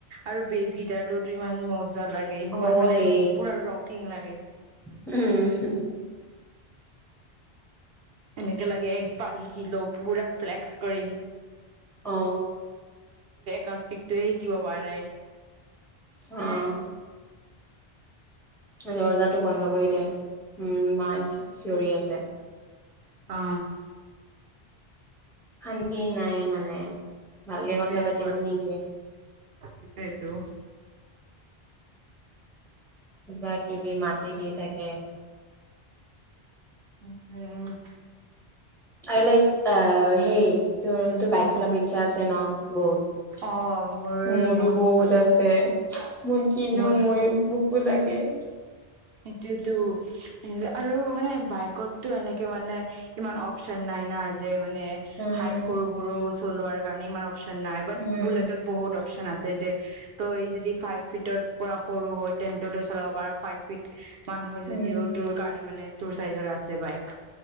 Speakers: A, on the right (about 65°); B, in the centre.
A: আৰু বেচ গিটাৰ তো ইমান ম জা লাগে ইমান
B: অ
A: মানে
B: ৰে
A: পুৰা ৰকিং লাগে
B: উম
A: এনেকে লাগে একবাৰ শিকিলো পুৰা ফ্লেক্স কৰিম
B: অ
A: কাস্তিকটোয়ে শিকিব পৰা নাই
B: অ দৰ্জাটো বন্ধ কৰিলে উম মায় চিঞৰি আছে
A: অ
B: শান্তি নাই মানে ভালকে
A: সেইটোৱে
B: কথা পাতিব
A: ঘৰত
B: নিদিয়ে
A: সেইটোৱে টো
B: কিবা কিবি মাতি দি থাকে
A: সেইটোৱে
B: আৰু লাইক অহ হেই তো তোৰ বাইক চলাব ইচ্ছা আছে ন বহুত
A: অ মোৰ
B: মোৰো বহুত
A: বছৰ আগৰ
B: আছে
A: কথা
B: মই কিনো
A: মোৰ
B: মই মোকো লাগি এ
A: সেটোৱেতো আৰু মানে বাইকতটো এনেকে মানে ইমান অপচন নাই না যে মানে
B: উম
A: হাইত সৰু বোৰো চলোৱাৰ কাৰণে ইমান অপ শন নাই বাত
B: উম
A: বুলেতত বহুত অপ অপশন আছে যে তই যদি ফাইভ ফিটৰ পৰা সৰু হয় তেন্তে তই চলাব পাৰ ফাইভ ফিট ইত সমান হয়
B: উম
A: যদিও তোৰ কাৰণে মানে তোৰ চাইজৰ আছে বাইক